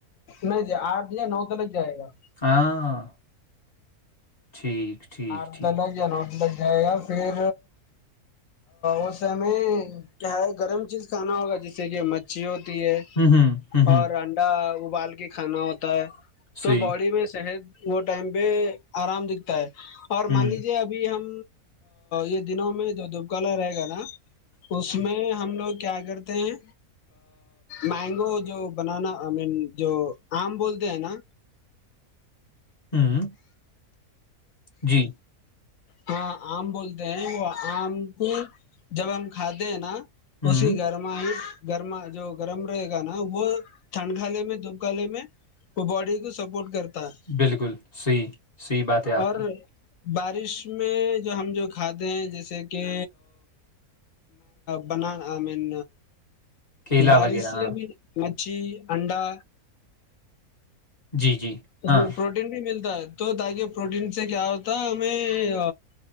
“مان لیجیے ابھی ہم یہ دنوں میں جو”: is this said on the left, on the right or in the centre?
Left